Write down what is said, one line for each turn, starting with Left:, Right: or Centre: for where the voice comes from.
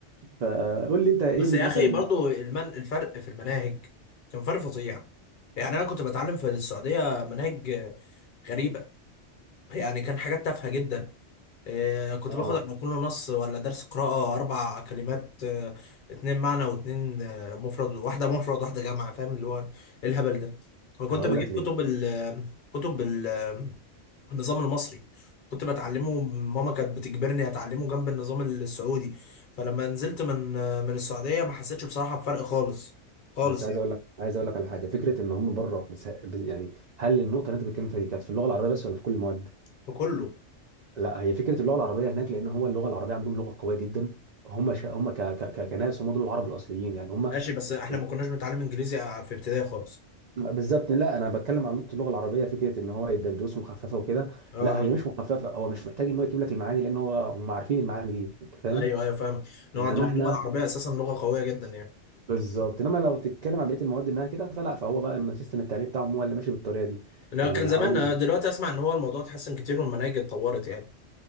Right: فقول لي انت ايه
Left: بس
Right: اللي
Left: يا
Right: مثلا
Left: اخي برضو المن... الفرق في المناهج كان فرق فظيع يعني انا كنت بتعلم في السعوديه مناهج غريبه يعني كان حاجات تافهه جدا آه، كنت
Right: اه
Left: باخد على كل نص ولا درس قراءة أربع كلمات آه، اتنين معنى واتنين آه، مفرد واحدة مفرد واحدة جمع فاهم اللي هو إيه الهبل ده وكنت
Right: هقول
Left: بجيب
Right: لك ليه
Left: كتب ال كتب ال آه، النظام المصري كنت بتعلمه ماما كانت بتجبرني أتعلمه جنب النظام السعودي فلما نزلت من آه، من السعودية ما حسيتش بصراحة بفرق خالص خالص
Right: بس عايز
Left: يعني
Right: اقول لك عايز اقول لك على حاجه فكره ان هم بره مس- يعني هل النقطه اللي انت بتتكلم فيها دي كانت في اللغه العربيه بس ولا في كل المواد
Left: في كله
Right: لا هي فكره اللغه العربيه هناك لان هو اللغه العربيه عندهم لغه قويه جدا هم ش... هم ك... ك... ك... كناس هم دول العرب الاصليين يعني هم
Left: ماشي بس احنا
Right: ال-
Left: ما كناش بنتعلم انجليزي آه، في ابتدائي خالص
Right: بالظبط لا انا بتكلم عن نقطه اللغه العربيه فكره ان هو يدر- دروس مخففه وكده
Left: اه
Right: لا هي مش مخففه هو مش محتاج ان هو يجيب لك المعاني لان هو هم عارفين المعاني دي انت فاهم
Left: ايوه ايوه فاهمك ان
Right: انما
Left: هو عندهم اللغه
Right: احنا
Left: العربيه اساسا لغه قويه جدا يعني
Right: بالظبط انما لو تتكلم عن بقيه المواد انها كده فلا فهو بقى ان سيستم التعليم بتاعهم هو اللي ماشي بالطريقه دي
Left: لو
Right: يعني
Left: كان
Right: بيحاولوا
Left: زمان آه، دلوقتي اسمع ان هو الموضوع اتحسن كتير والمناهج اتطورت يعني